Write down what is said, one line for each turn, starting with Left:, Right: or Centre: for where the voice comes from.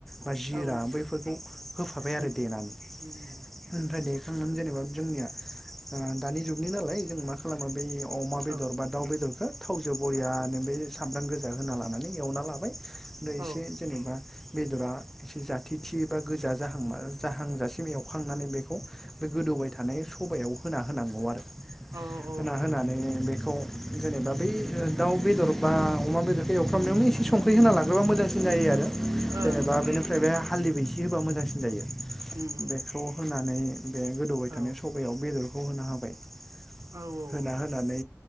Centre: बा जिरा
Right: औ
Centre: बैफोरखौ होफाबाय
Right: उम
Centre: आरो देनानै
Right: उम उम
Centre: ओमफ्राय देखांनान जेनेबा जोंनिया दानि जुगनि नालाय जों मा खालामा बै अमा बेदर
Right: औ
Centre: बा दाउ बेदरखौ थावजों बरियानो
Right: औ
Centre: बे सामब्राम गोजा फुजा होना लानानै एवना लाबाय ओमफ्राय एसे
Right: औ
Centre: जेनेबा बेदरा एसे जाथिथि बा गोजा जाहां जाहांजासिम एवखांनानै बेखौ बे गोदौ सबाय थानाय स होना होनांगौ आरो
Right: औ
Centre: होना
Right: औ
Centre: होनानै
Right: ओं
Centre: बे दा बै दाउ बेदर बा अमा बेदरखौ एवफ्रामनायावनो एसे संख्रि होना लाग्रोबा मोजांसिन जायो आरो जेनेबा
Right: उम
Centre: बेनिफ्राय बे हाल्दैबो एसे होबा मोजांसिन जायो
Right: उम
Centre: बेखौ होनानै बे गोदौबाय
Right: औ
Centre: थानाय सबायाव बेदरखौ होनो हाब होना
Right: औ औ
Centre: होनानै